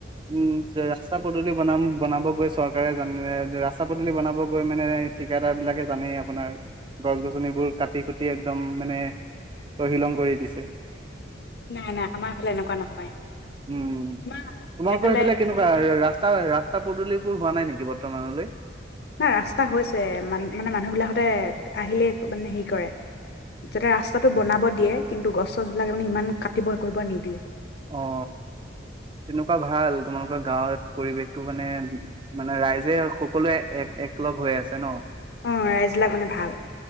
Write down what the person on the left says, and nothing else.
নাই নাই আমাৰ এইফালে এনেকুৱা নহয়।
আমাৰ এইফালে
ইমান
নাই ৰাস্তা হৈছে মান মানে মানুহ বিলাকতে আহিলেই মানে হেৰি কৰে যাতে ৰাস্তাটো বনাব দিয়ে কিন্তু গছ চছবিলাক মানে ইমান কাটিব কৰিব নিদিয়ে
অ ৰাইজ বিলাক মানে ভাল